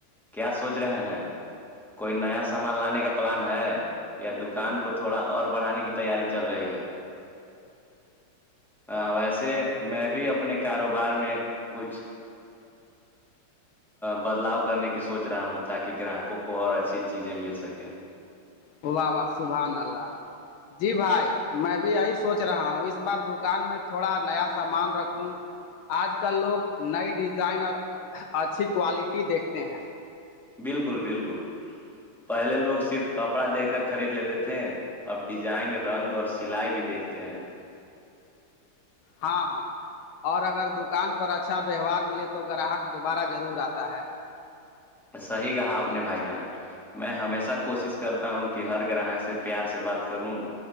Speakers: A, in the centre; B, on the left.
A: کیا سوچ رہے ہیں کوئی نیا سامان لانے کا پلان ہے یا دکان کو تھوڑا اور بڑھانے کی تیاری چل رہی ہے ہ ویسے میں بھی اپنے کاروبار میں کچھ بدلاؤ کرنے کی سوچ رہا ہوں تاکہ گراہکوں کو اور اچھی چیزیں مل سکے
B: وہ واہ واہ سبحان اللہ جی بھائی میں بھی یہی سوچ رہا ہوں اس بار دکان میں تھوڑا نیا سامان رکھوں آج کل لوگ نئی ڈیزائن اور اچھی کوالٹی دیکھتے ہیں
A: بالکل بالکل پہلے لوگ صرف کپڑا دے کر خرید لیتے تھے اب ڈیزائن رنگ اور سلائی بھی دیکھتے ہیں
B: ہاں ہاں اور اگر دکان پر اچھا ویوہار ملے تو گراہک دوبارہ ضرور آتا ہے
A: صحیح کہا آپ نے بھائی جان میں ہمیشہ کوشش کرتا ہوں کہ ہر گراہک سے پیار سے بات کروں